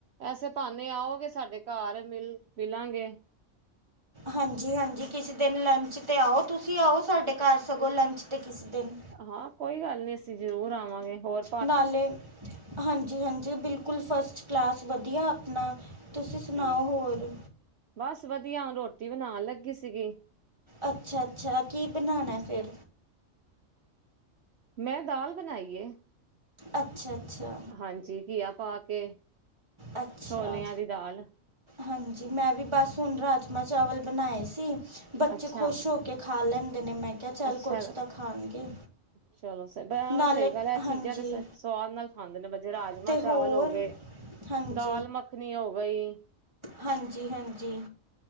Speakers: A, on the right; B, on the right.
A: ਐਸੇ ਭਾਨੇ ਆਓਗੇ ਸਾਡੇ ਘਰ, ਮਿਲ, ਮਿਲਾਂਗੇ।
B: ਹਾਂਜੀ, ਹਾਂਜੀ ਕਿਸੇ ਦਿਨ ਲੰਚ ਤੇ ਆਓ ਤੁਸੀਂ ਆਓ, ਸਾਡੇ ਘਰ ਸਗੋਂ ਲੰਚ ਤੇ ਕਿਸ ਦਿਨ।
A: ਹਾਂ, ਕੋਈ ਗੱਲ ਨੀ, ਅਸੀਂ ਜ਼ਰੂਰ ਆਵਾਂਗੇ। ਹੋਰ਼!
B: ਨਾਲੇ ਹਾਂਜੀ, ਹਾਂਜੀ ਬਿਲਕੁਲ ਫਸਟ ਕਲਾਸ ਵਧੀਆ ਆਪਣਾ। ਤੁਸੀਂ ਸੁਣਾਓ
A: ਚਲੋ
B: ਹੋਰ?
A: ਬਸ ਵਧੀਆ, ਰੋਟੀ ਬਣਾਉਣ ਲੱਗੀ ਸੀਗੀ।
B: ਅੱਛਾ, ਅੱਛਾ ਕੀ ਬਣਾਣਾ ਫਿਰ?
A: ਮੈਂ ਦਾਲ ਬਣਾਈ ਏ।
B: ਅੱਛਾ, ਅੱਛਾ।
A: ਹਾਂਜੀ, ਘੀਆ ਪਾ ਕੇ।
B: ਅੱਛਾ।
A: ਛੋਲਿਆਂ ਦੀ ਦਾਲ
B: ਹਾਂਜੀ, ਮੈਂ ਵੀ ਬਸ ਹੁਣ ਰਾਜਮਾ- ਚਾਵਲ ਬਣਾਏ ਸੀ। ਬੱਚੇ
A: ਅੱਛਾ,
B: ਖੁਸ਼ ਹੋ ਕੇ ਖਾ ਲੈਂਦੇ ਨੇ, ਮੈਂ ਕਿਹਾ‌ ਚੱਲ
A: ਅੱਛਾ
B: ਕੁਛ ਤਾਂ ਖਾਣਗੇ।
A: ਚਲੋ ਸ
B: ਨਾਲੇ
A: ਸਹੀ ਗੱਲ, ਐ ਚੀਜਾ
B: ਹਾਂਜੀ
A: ਤੇ ਸਵਾਦ ਨਾਲ ਖਾਂਦੇ ਨੇ ਬੱਚੇ, ਰਾਜਮਾਂ
B: ਅਤੇ ਹੋਰ
A: ਚਾਵਲ ਹੋ ਗਏ-
B: ਹਾਂਜੀ।
A: ਦਾਲ ਮੱਖਣੀ ਹੋ ਗਈ।
B: ਹਾਂਜੀ, ਹਾਂਜੀ।